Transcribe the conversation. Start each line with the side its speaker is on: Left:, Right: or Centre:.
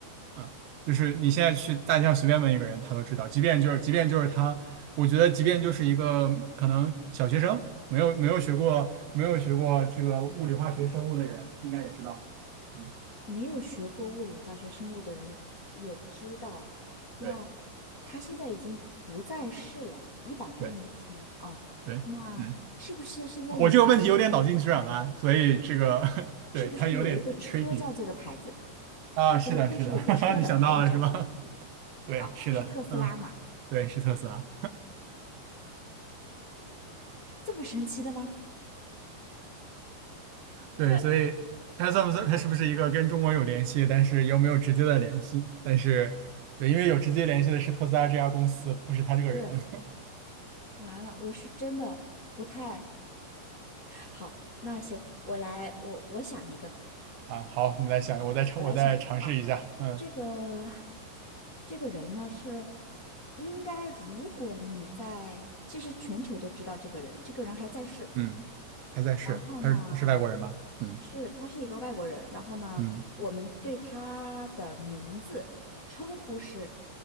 Right: 嗯，就是你现在去大街上随便问一个人，他都知道。即便就是，即便就是他，我觉得即便就是一个可能小学生，没有没有学过没有学过这个物理、化学、生物的人，应该也知道。嗯，
Left: 没有学过物理、化学、生物的人也知道，那
Right: 对
Left: 他现在已经不在世了，一百多年前啊，
Right: 对对，
Left: 那是不是现在有一个
Right: 嗯，我这个问题有点脑筋急转弯，所以这个 <laughs> 对他有点
Left: 是不是有一个车叫这个牌子，
Right: tricky 啊。是的，
Left: 不是，就是有个车的牌子叫这个名字
Right: 是的，<laughs> 你想到了是吧？<laughs> 对，
Left: 啊？
Right: 是的，
Left: 是特斯拉嘛？
Right: 嗯，对，是特斯拉。
Left: 这么神奇的吗？
Right: 对，
Left: 这
Right: 所以他算不算？他是不是一个跟中国有联系，但是又没有直接的联系？但是，对，因为有直接联系的是特斯拉这家公司，不是他这个人
Left: 对，
Right: <laughs>
Left: 完了，我是真的不太。好，那行，我来，我我想一个，
Right: 啊。好，你再想，
Left: 好，
Right: 我再尝，
Left: 我来想一个啊。
Right: 我再尝试一下。嗯
Left: 这个这个人呢是应该，如果你在，其实全球都知道这个人，这个人还在世。
Right: 嗯，他在是，
Left: 然后呢，
Right: 他他是外国人吗？嗯
Left: 是他是一个外国人。然后呢，
Right: 嗯
Left: 我们对他的名字称呼是，